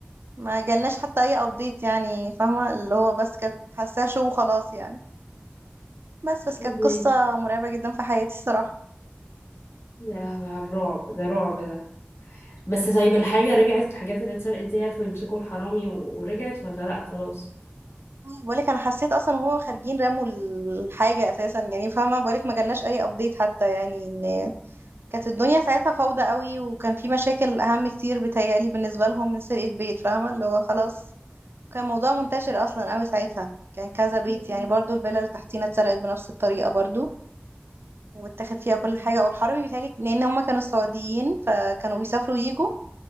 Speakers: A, on the right; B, on the left.
A: ما جالناش حتى اي ابديت يعني فاهمه اللي هو بس كانت حاساه شو وخلاص يعني بس بس كانت
B: فهماكي
A: قصه مرعبه جدا في حياتي الصراحه
B: يا لهوي على الرعب ده رعب ده بس طيب الحاجة رجعت الحاجات اللي اتسرقت دي عرفوا يمسكوا الحرامي و- ورجعت ولا لا خلاص
A: بقولك انا حسيت اصلا وهما خارجين رموا الحاجه اساسا يعني فاهمه بقولك ما جالناش اي ابديت حتى يعني ان كانت الدنيا ساعتها فوضى قوي وكان في مشاكل اهم كتير بتهيألي بالنسبه لهم من سرقه بيت فاهمه اللي هو خلاص كان موضوع منتشر اصلا قوي ساعتها كان كذا بيت
B: مم.
A: يعني برضو الفيلا اللي تحتينا اتسرقت بنفس الطريقه برضو واتاخد
B: <laughs>
A: فيها كل حاجه والحرامي بيتهيألي لان هما كانوا السعوديين فكانوا بيسافروا ويجوا